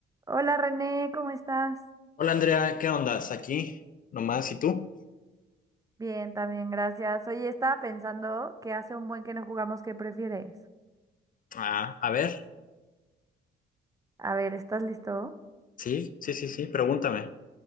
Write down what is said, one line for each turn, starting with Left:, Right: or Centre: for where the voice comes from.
Right: Hola René, ¿cómo estás?
Left: Hola Andrea, ¿qué ondas? Aquí nomás, ¿y tú?
Right: Bien, también, gracias. Oye, estaba pensando que hace un buen que no jugamos, ¿qué prefieres?
Left: Ah, a ver,
Right: A ver, ¿estás listo?
Left: sí, sí, sí, sí, pregúntame.